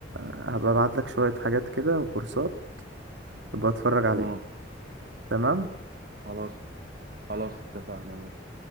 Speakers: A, on the right (about 85°); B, on the right (about 55°).
A: هبقى ابعت لك شوية حاجات كده وكورسات تبقى اتفرج عليها
B: امم
A: تمام
B: خلاص خلاص اتفقنا ماشي